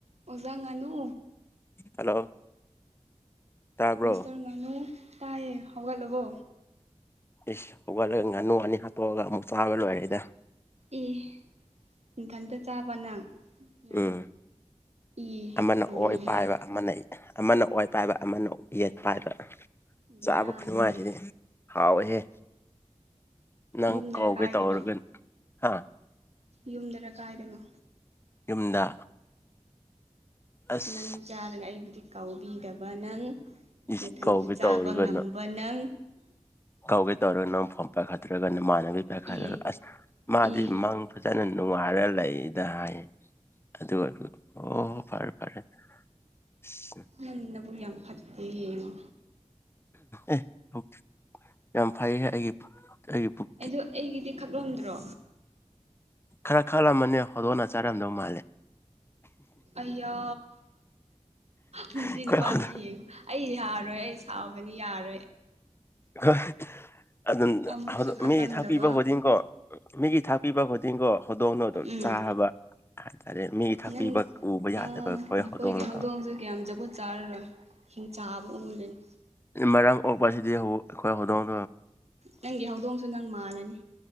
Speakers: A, on the right (about 65°); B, on the left (about 20°).
A: ꯑꯣꯖꯥ ꯉꯅꯨ
B: ꯍꯜꯂꯣ ꯇꯥꯕ꯭ꯔꯣ
A: ꯃꯤꯁꯇꯔ ꯉꯥꯅꯨ ꯇꯥꯏꯌꯦ ꯍꯧꯒꯠꯂꯕꯣ
B: ꯏꯁ ꯍꯧꯒꯠꯂꯒ ꯉꯥꯅꯨ ꯉꯥꯅꯤ ꯍꯥꯠꯇꯣꯛꯑꯒ ꯑꯃꯨꯛ ꯆꯥꯕ ꯂꯣꯏꯔꯦꯗ
A: ꯑꯦ ꯏꯊꯟꯇ ꯆꯥꯕ ꯅꯪ ꯉꯥꯅꯨ
B: ꯎꯝ
A: ꯏ
B: ꯑꯃꯅ
A: ꯂꯣꯏꯔꯦꯍꯦ
B: ꯑꯣꯏ ꯄꯥꯏꯕ ꯑꯃꯅ ꯑꯃꯅ ꯑꯣꯏ ꯄꯥꯏꯕ ꯑꯃꯅ ꯌꯦꯠ ꯄꯥꯏꯕ
A: ꯕꯦꯔꯥꯅꯤꯍꯦ
B: ꯆꯥꯕ ꯈꯨꯅꯨꯡꯉꯥꯏꯁꯤꯗꯤ ꯍꯥꯎꯋꯦꯍꯦ ꯅꯪ
A: ꯌꯨꯝꯗꯔ
B: ꯀꯧꯒꯦ
A: ꯀꯥꯏꯗꯅꯣ
B: ꯇꯧꯔꯒ ꯍꯥ
A: ꯌꯨꯝꯗꯔ ꯀꯥꯏꯗꯅꯣ
B: ꯌꯨꯝꯗ ꯑꯁ
A: ꯉꯥꯅꯨ ꯆꯥꯔꯒ ꯑꯩꯕꯨꯗꯤ ꯀꯧꯕꯤꯗꯕ ꯅꯪ
B: ꯏꯁ
A: ꯅꯊꯟꯇ
B: ꯀꯧꯒꯦ
A: ꯆꯥꯕ
B: ꯇꯧꯔꯒ
A: ꯉꯝꯕ ꯅꯪ
B: ꯀꯧꯒꯦ ꯇꯧꯔꯒ ꯅꯪ ꯐꯣꯜ ꯄꯥꯏꯈꯠꯠꯇ꯭ꯔꯒ ꯅꯃꯥꯟꯅꯕꯤ ꯄꯥꯏꯈꯠꯂꯒ
A: ꯑꯦ
B: ꯑꯁ ꯃꯥꯗꯤ
A: ꯑꯦ
B: ꯃꯪ ꯐꯖꯅ ꯅꯨꯡꯉꯥꯏꯔ ꯂꯩꯗ ꯍꯥꯏꯌꯦ ꯑꯗꯨ ꯑꯣꯏ ꯑꯣ ꯍꯣꯢ ꯐꯔꯦ ꯐꯔꯦ ꯎ <unintelligible>
A: ꯅꯪ ꯅꯄꯨꯛ ꯌꯥꯝ ꯐꯠꯇꯦ ꯉꯣ
B: ꯑꯦ ꯄꯨ ꯌꯥꯝ ꯐꯩꯌꯦꯍꯦ ꯑꯩꯒꯤ ꯑꯩꯒꯤ ꯄꯨꯛ
A: ꯑꯗꯣ ꯑꯩꯒꯤꯗꯤ ꯈꯛꯂꯝꯗ꯭ꯔꯣ
B: ꯈꯔ ꯈꯜꯂꯝꯕꯅꯦ ꯍꯧꯗꯣꯛꯅ ꯆꯥꯔꯝꯗꯧ ꯃꯥꯜꯂꯦ
A: ꯑꯩꯌꯥ ꯃꯁꯤ
B: ꯑꯩꯈꯣꯏ
A: ꯅꯨꯄꯥꯁꯦ ꯌꯦꯡꯉꯣ ꯑꯩ ꯌꯥꯔꯣꯏ ꯑꯩ ꯁꯥꯎꯒꯅꯤ ꯌꯥꯔꯣꯢ
B: ꯍꯣꯏ ꯑꯗꯨꯝ
A: ꯑꯃꯨꯛꯁꯨ ꯈꯛꯂꯝꯗꯕ
B: ꯃꯤ ꯊꯥꯛꯄꯤꯕ ꯈꯨꯗꯤꯡꯀꯣ ꯃꯤꯒꯤ ꯊꯥꯛꯄꯤꯕ ꯈꯨꯗꯤꯡꯀꯣ ꯍꯧꯗꯣꯡꯅꯣ ꯑꯗꯨꯝ
A: ꯎꯝ
B: ꯆꯥꯕ ꯍꯥꯏꯇꯥꯔꯦ ꯃꯤꯒꯤ ꯊꯥꯛꯄꯤꯕ
A: ꯅꯪ
B: ꯎꯕ ꯌꯥꯗꯕ
A: ꯑꯝ
B: ꯑꯩꯈꯣꯏ
A: ꯅꯈꯣꯏꯒꯤ
B: ꯍꯧꯗꯣꯡꯗꯣ
A: ꯍꯧꯗꯣꯡ ꯁꯨ ꯀꯌꯥꯝ ꯖꯨꯒꯣꯠ ꯆꯥꯔꯔꯣꯏ ꯍꯤꯡꯆꯥꯕ ꯑꯣꯢꯒꯅꯤ
B: ꯃꯔꯥꯝ ꯑꯣꯛꯄꯁꯤꯗꯤ ꯑꯩꯈꯣꯏ ꯍꯧꯗꯣꯡ
A: ꯅꯪꯒꯤ ꯍꯧꯗꯣꯡꯁꯨ ꯅꯪ ꯃꯥꯜꯂꯅꯤ